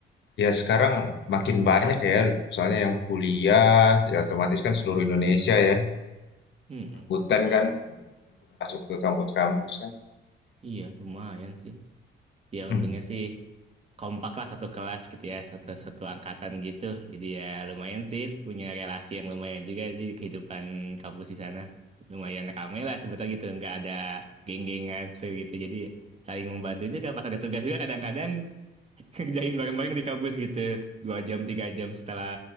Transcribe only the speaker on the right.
Hmm,
gitu.
Iya, lumayan sih. ya
untungnya sih kompak lah satu kelas gitu ya satu satu angkatan gitu jadi ya lumayan sih punya relasi yang lumayan juga sih di kehidupan kampus di sana lumayan ramai lah sebutan gitu nggak ada geng-gengan seperti gitu jadi saling membantu juga pas ada tugas juga kadang-kadang <laughs> kerjain bareng-bareng di kampus gitu dua jam tiga jam setelah